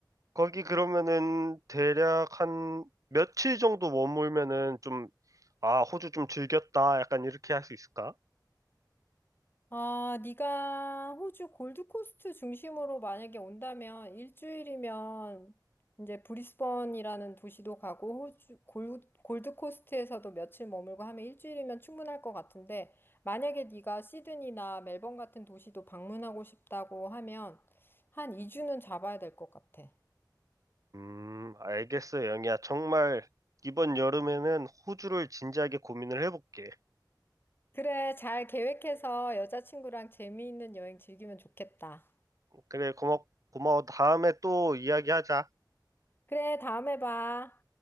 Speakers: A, on the right; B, on the left.
A: 거기 그러면은 대략 한 며칠 정도 머물면은 좀, 아, 호주 좀 즐겼다. 약간 이렇게 할 수 있을까?
B: 아, 네가 호주 골드코스트 중심으로 만약에 온다면 일주일이면 이제 브리스번이라는 도시도 가고 호주 골, 골드코스트에서도 며칠 머물고 하면 일주일이면 충분할 것 같은데 만약에 네가 시드니나 멜번 같은 도시도 방문하고 싶다고 하면 한 2주는 잡아야 될 것 같아.
A: 음, 알겠어, 영희야. 정말 이번 여름에는 호주를 진지하게 고민을 해볼게.
B: 그래, 잘 계획해서 여자친구랑 재미있는 여행 즐기면 좋겠다.
A: 그래, 고마, 고마워. 다음에 또 이야기하자.
B: 그래, 다음에 봐.